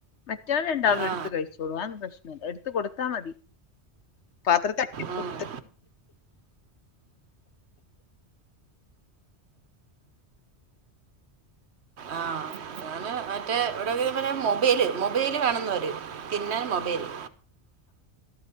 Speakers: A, on the left; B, on the right.
A: മറ്റാള് രണ്ടാളും
B: ആ
A: എടുത്ത് കഴി <unintelligible> ആ ഒന്നും പ്രശ്നല്ല എടുത്ത് കൊടുത്താ മതി പാത്രത്ത് <unintelligible>
B: ഉം. ആഹ് <unintelligible> മറ്റേ ഇവിടെ <unintelligible> മൊബൈല് മൊബൈല് കാണുന്നോര് തിന്നാൻ മൊബൈല്